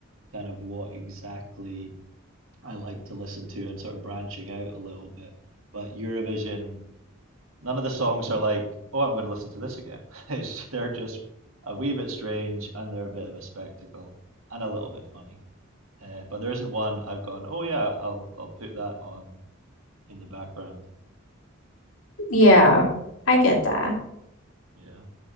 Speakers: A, on the right (about 80°); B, on the left (about 85°).
A: kind of what exactly I like to listen to and sort of branching out a little bit. But Eurovision, none of the songs are like, oh, I'm going to listen to this again. <laughs> It's, they're just a wee bit strange and they're a bit of a spectacle and a little bit funny. Uh, but there isn't one I've gone, oh yeah, I'll I'll put that on in the background.
B: Yeah, I get that.
A: Yeah.